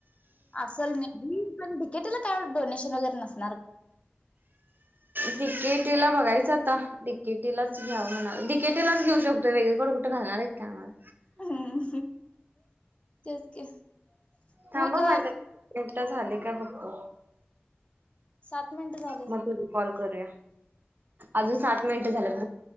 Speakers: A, on the left (about 30°); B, on the right (about 50°).
A: असल <unintelligible> पण डीकेटीला काय डोनेशन वगैरे नस
B: डीके टीला बघायचं आता, डीकेटीलाच घ्याव म्हणालोय. डिकेटी लाच घेऊ शकतोय वेगळीकडं कुठं घालणार आहेत का आम्हाला.
A: हम्म. तेच की. मग
B: थांब हं माझ्या झालंय काय बघतो.
A: सात मिनिट झाले.
B: मग तुझं कॉल करूया अजून सात मिनट झाल्यात.